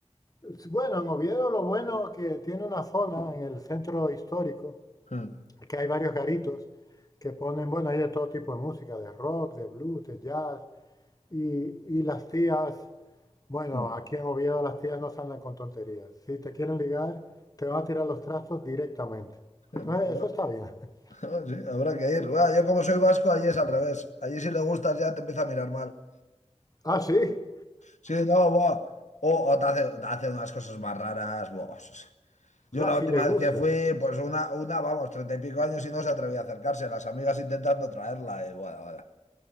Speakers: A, on the left; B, on the left.
A: Es- Bueno, en Oviedo lo bueno que tiene una zona en el centro histórico,
B: <laughs>
A: que hay varios garitos que ponen, bueno, hay de todo tipo de música, de rock, de blues, de jazz, y, y las tías Bueno,
B: Mm.
A: aquí en Oviedo las tías no se andan con tonterías. Si te quieren ligar, te van a tirar los trastos directamente.
B: Mm.
A: Entonces,
B: Bueno,
A: eso está bien. <laughs>
B: <laughs> Sí, habrá que ir. Buah, yo como soy vasco, allí es al revés. Allí si le gustas ya te empieza a mirar mal.
A: Ah, sí.
B: Sí, no, buah. O, o te hace, te hace unas cosas más raras. buah. Yo
A: O sea,
B: la
A: si
B: última
A: le gustas.
B: vez que fui, pues una, una, vamos, treinta y pico años y no se atrevía a acercarse. Las amigas intentando traerla y bueno, bueno.